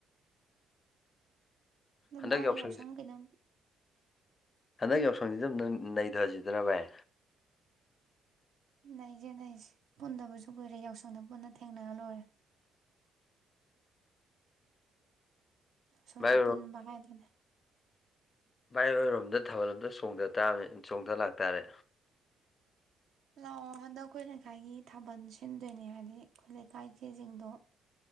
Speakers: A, on the right (about 60°); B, on the left (about 40°).
A: ꯑꯗꯨ
B: ꯍꯟꯗꯛ
A: ꯕꯥꯥꯏ
B: ꯌꯥꯎꯁꯪꯁꯤ
A: ꯌꯥꯎꯁꯪ ꯀꯩꯅꯣꯝ
B: ꯍꯟꯗꯛ ꯌꯥꯎꯁꯪꯁꯤꯗꯅꯥꯪ ꯅꯩꯊꯁꯤꯗꯅ ꯚꯥꯏ
A: ꯅꯩꯖꯦ ꯅꯩꯁ ꯄꯨꯟꯗꯕꯁꯨ ꯀꯨꯏꯔꯦ ꯌꯥꯎꯁꯪꯗ ꯄꯨꯟꯅ ꯊꯦꯡꯅꯔ ꯂꯣꯏꯔꯦ ꯌꯥꯎꯁꯪꯗ
B: ꯚꯥꯏ
A: ꯄꯨꯟꯕ ꯍꯥꯏꯗꯅ
B: ꯚꯥꯏꯔꯣꯏꯔꯣꯝꯗ ꯊꯥꯕꯜ ꯑꯝꯗ ꯆꯣꯡꯊ ꯇꯥꯕꯅꯤ ꯆꯣꯡꯗ ꯂꯥꯛꯇꯥꯔꯦ
A: ꯂꯥꯛꯑꯣ ꯍꯟꯗꯛ ꯑꯩꯈꯣꯏ ꯂꯩꯀꯥꯏꯒꯤ ꯊꯥꯕꯜ ꯁꯤꯟꯗꯣꯏꯅꯦ ꯍꯥꯏꯗꯤ ꯑꯩꯈꯣꯏ ꯂꯩꯀꯥꯏꯒꯤꯖꯤꯡꯗꯣ